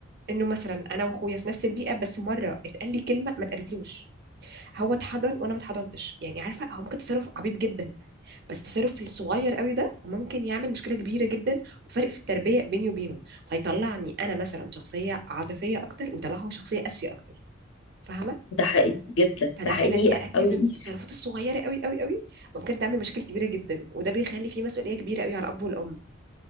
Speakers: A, on the right; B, on the left.
A: انه مثلا انا واخويا في نفس البيئه بس مره اتقال لي كلمه ما اتقالتلوش هو اتحضن وانا ما اتحضنتش يعني عارفه هو ممكن تصرف عبيط جدا بس التصرف الصغير قوي ده ممكن يعمل مشكله كبيره جدا وفرق في التربيه بيني وبينه فيطلعني انا مثلا شخصيه عاطفيه اكتر ويطلعه هو شخصيه قاسيه اكتر فاهمه
B: ده حقيقي جدا
A: فده
B: ده حقيقي
A: خلاني اركز
B: قوي
A: ان التصرفات الصغيره قوي قوي قوي ممكن تعمل مشاكل كبيره جدا وده بيخلي فيه مسؤوليه كبيره قوي على الاب والام